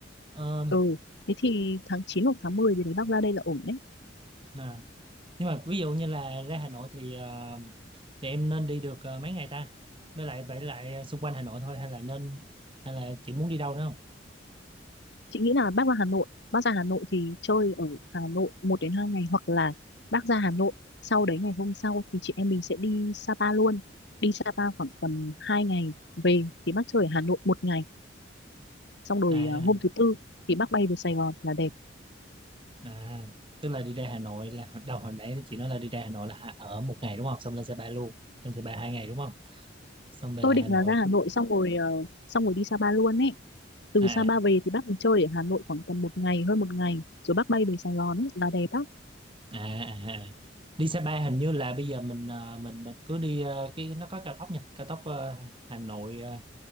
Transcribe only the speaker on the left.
Ừ, thế thì tháng chín hoặc tháng 10 thì đấy bác ra đây là ổn đấy
chị nghĩ là bác ra Hà Nội bác ra Hà Nội thì chơi ở Hà Nội một đến hai ngày hoặc là bác ra Hà Nội sau đấy ngày hôm sau thì chị em mình sẽ đi Sapa luôn đi Sapa khoảng tầm hai ngày về thì bác chơi ở Hà Nội một ngày xong rồi
à, hôm thứ tư thì bác bay về Sài Gòn là đẹp
tôi
định
là ra Hà Nội xong rồi ờ, xong rồi đi Sapa luôn ấy từ
Sapa về thì bác mới chơi ở Hà Nội khoảng tầm một ngày hơn một ngày rồi bác bay về Sài Gòn ấy là đẹp bác